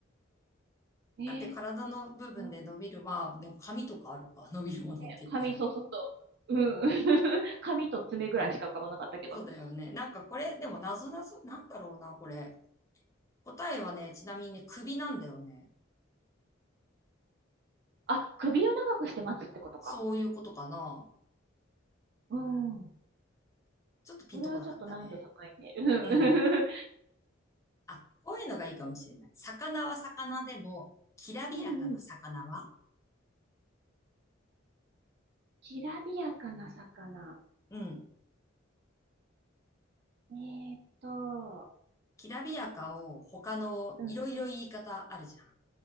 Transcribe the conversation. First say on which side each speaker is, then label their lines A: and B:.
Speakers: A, on the right (about 55°); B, on the left (about 15°).
A: えー、
B: だって体の部分で伸びる、
A: 体っ
B: まあ、でも髪とかあるか、伸びるものって言ったら。
A: て、髪、そうそうそう。うん。<laughs> 髪と爪ぐらいしか浮かばなかったけど。
B: そうだよね。なんかこれ、でも謎なぞ、なんだろうな、これ。答えはね、ちなみにね、首なんだよね。
A: あ、首を長くして待つってことか。
B: そういうことかな。
A: うん。
B: ちょっとピンとこなかったね。
A: これはちょっと難易度高いね。うん。うん。
B: うん。あ、こういうのがいいかもしれない。魚は魚でも、きらびやかな魚は
A: うんうん。きらびやかな魚。
B: うん。
A: えーっと、
B: きらびやかを他のいろいろ言い方あるじゃん。
A: うん、